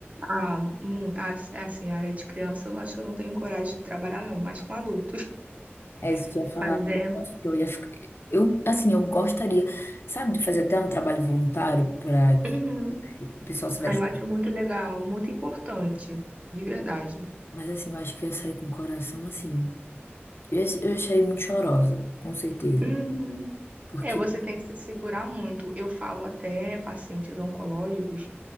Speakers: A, on the right (about 30°); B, on the left (about 60°).
A: A, mu- a- assim, a área de criança, eu não acho que eu não tenho coragem de trabalhar, não, mas com adultos. <laughs>
B: É isso que eu ia falar,
A: Mas
B: eu
A: é.
B: acho que eu ia ficar, eu, assim, eu gostaria, sabe, de fazer até um trabalho voluntário para que
A: Uhum.
B: o pessoal se veste
A: Ah, eu acho muito legal, muito importante, de verdade.
B: Mas assim, eu acho que eu saí com o coração assim. Eu eu ia muito chorosa, com certeza.
A: Uhum.
B: Porque,
A: É, você tem que se segurar muito. Eu falo até pacientes oncológicos.